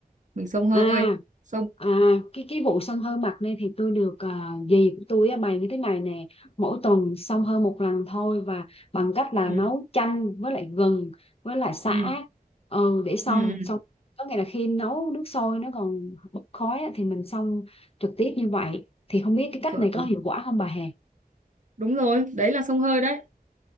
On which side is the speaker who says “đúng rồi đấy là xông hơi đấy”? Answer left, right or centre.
Right